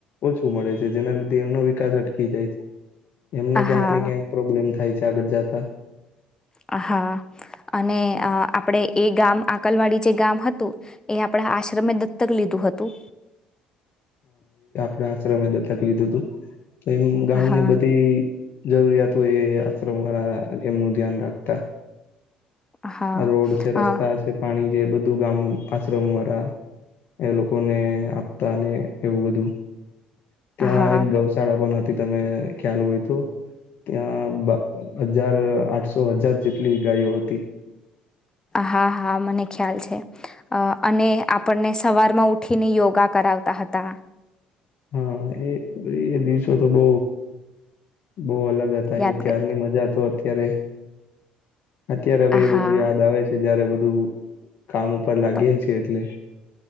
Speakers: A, on the left; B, on the left.
A: ઓછું મળે છે જેના લીધે એમનો વિકાસ અટકી જાય છે એમને ક્યાંક
B: હા
A: ને ક્યાંક પ્રોબ્લેમ થાય છે સાગટ જતા
B: હ હા અને આપડે એ ગામ આકલવાડી જે ગામ હતું એ આપડા આશ્રમે દત્તક લીધું ું હતું
A: આપ આશ્રમે દત્તક લીધું હતું તો એમ ગામની
B: હા
A: બધી જરૂરિયાત તો એ આશ્રરા એમનું ધ્યાન રાખતા
B: હા
A: આ રોડ છે
B: હા
A: રસ્તા છે પાણી જે બધું ગામ આશ્રમ વાળ એ લોકોને આપતા અને એવું બધું ત્યાં
B: હા
A: એક ગૌશાળા પણ હતી તમે ખ્યાલ હોય તો ત્યાં હજાર આઠસો હજાર જેટલી ગાયો હતી
B: હા, હા મને ખ્યાલ છે. અને આપણને સવારમાં ઉઠીને યોગા કરાવ તા હતા
A: હા, એ એ દિવસો, તો બહ બહુ અલગ હતા,
B: યાદ
A: એ ત્યારની
B: ગ-
A: મજા તો અત્યારે અત્યારે હવે, એ
B: હા
A: બધું યાદ આવે છે. જયારે બધું કામ ઉપર લાગી
B: પ-
A: છે, એટલે